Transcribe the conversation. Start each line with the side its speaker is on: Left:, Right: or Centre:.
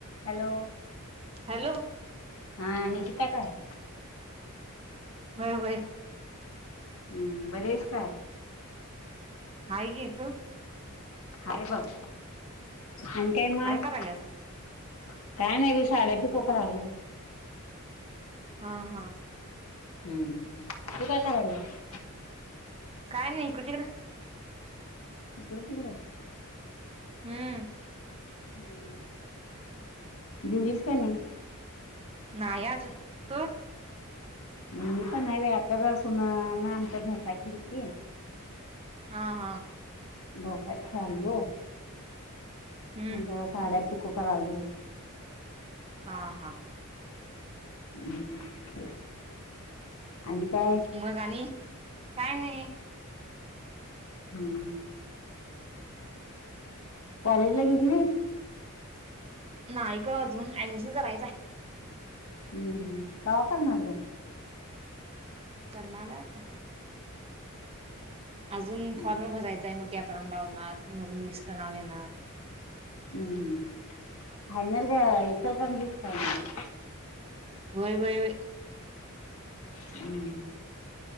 Left: हॅलो
Right: हॅलो
Left: हा निकिता काय
Right: व्हय व्हय
Left: हम्म बरी आहेस का
Right: हाय की तु
Left: हाय बघ आणि मग
Right: काय कराल्यास
Left: काय नाही बाई साड्या पिको करायलोय
Right: हा हा
Left: हम्म तू काय कराल्यास
Right: काय नाही इकडं तिकडं
Left: इकडं तिकडं
Right: हम्म
Left: ह. जीवलीस का नाही
Right: नाही आजून तू
Left: मी पण ह्य आता बसून आमच्यात डोसा किलतीत
Right: हा हा
Left: डोसा खाल्लो
Right: हम्म
Left: मग साड्या पि कोफाॅल आलय
Right: हा हा
Left: हू आणि काय
Right: मग आणि? काय नाही
Left: हू कॉलेज ला गेली नाहीस?
Right: नाही ग अजून ऍडमिशन करायचं आहे.
Left: हुं हू कवा करणार गं?
Right: करणाराय आता अजून
Left: हम्म
Right: फॉर्म भरायचां आहे मग कॅप राऊंड लावणार, मग लिस्टला नाव येणार.
Left: हुं हू फायनल इचलकरंजीत काय मग
Right: होय बई होय
Left: हुं